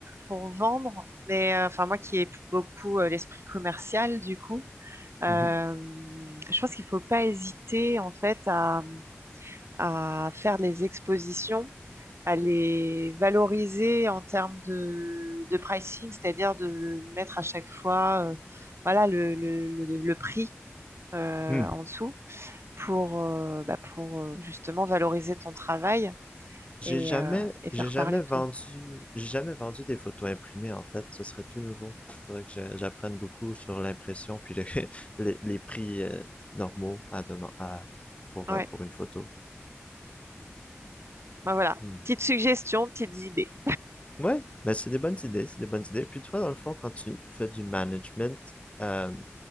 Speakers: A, on the right (about 65°); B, on the left (about 25°).
A: pour vendre, mais euh, enfin moi qui ai beaucoup euh, l'esprit commercial du coup, euh,
B: Mhm.
A: je pense qu'il faut pas hésiter en fait à, à faire les expositions, à les valoriser en termes de, de pricing, c'est-à-dire de mettre à chaque fois euh, voilà le, le, le, le prix euh,
B: Hmm.
A: en dessous pour, euh, bah, pour euh, justement valoriser ton travail
B: J'ai
A: et,
B: jamais,
A: euh, et faire
B: j'ai jamais
A: parler de
B: vendu,
A: toi.
B: j'ai jamais vendu des photos imprimées en fait. Ce serait tout nouveau. Faudrait que j'a- j'apprenne beaucoup sur l'impression puis le- <laughs> les, les prix euh, normaux à demand- à, pour
A: Ouais.
B: euh, pour une photo.
A: Ben voilà,
B: Hmm.
A: petites suggestions, petites idées.
B: Ouais, mais c'est des bonnes idées, c'est des bonnes idées. Puis toi, dans le fond, quand tu fais du management, euh,